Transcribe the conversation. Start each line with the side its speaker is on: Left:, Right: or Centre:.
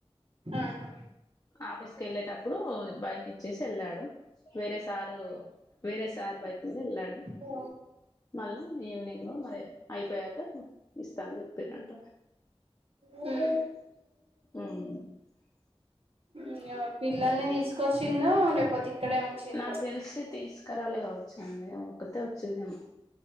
Right: ఆహా
Left: ఆఫీస్కి ఎళ్ళేటప్పుడు బైక్ ఇచ్చేసి ఎళ్ళాడు. వేరే సారు వేరే సార్ బైక్ మీద ఎళ్ళాడు
Right: ఓ
Left: మళ్ళా ఈవినింగ్ మరి అయిపోయాక ఇస్తానని చెప్పిరంట.
Right: ఉమ్
Left: ఉమ్
Right: ఇంగ పిల్లల్ని తీసుకొచ్చిందో లేకపోతే ఇక్కడే ఉంచిండ్రో
Left: నాకు తెలిసి తీసుకురాలే కావచ్చు అ ఏమో ఒక్కతే వచ్చింది ఏమో